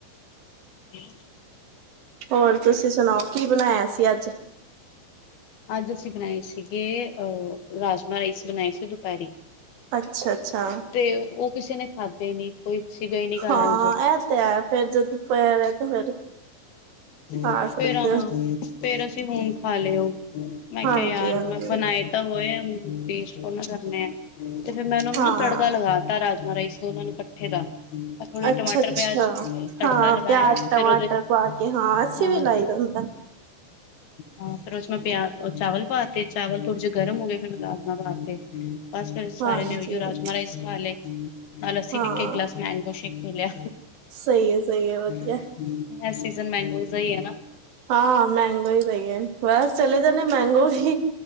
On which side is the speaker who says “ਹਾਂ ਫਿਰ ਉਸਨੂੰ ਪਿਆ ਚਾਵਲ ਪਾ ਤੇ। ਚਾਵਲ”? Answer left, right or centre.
Left